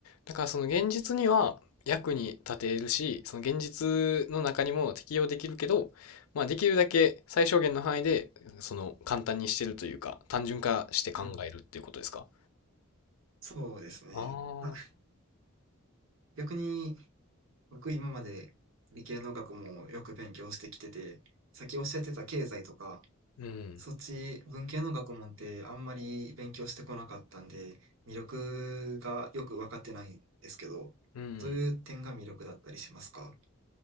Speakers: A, on the left; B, on the right.
A: だからその現実には役に立てるし、その現実の中にも適用できるけど、まあできるだけ最小限の範囲で、その簡単にしてるというか、単純化して考えるっていうことですか
B: うん、そうですね。
A: ああ
B: あ、
A: ー、
B: 逆に僕今まで理系の学問をよく勉強してきてて、さっきおっしゃってた経済とか、
A: うん、
B: そっち文系の学問ってあんまり勉強してこなかったんで、魅力がよく分かってないんですけど、
A: うん。
B: どういう点が魅力だったりしますか